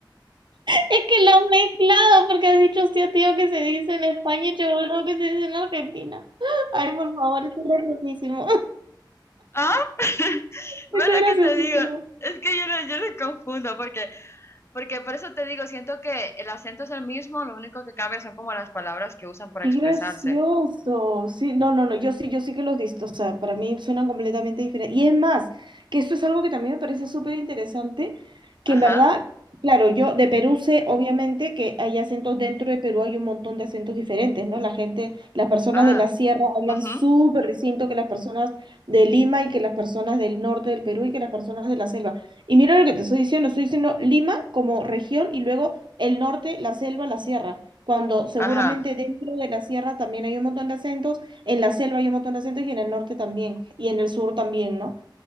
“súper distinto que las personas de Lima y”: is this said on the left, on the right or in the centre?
Right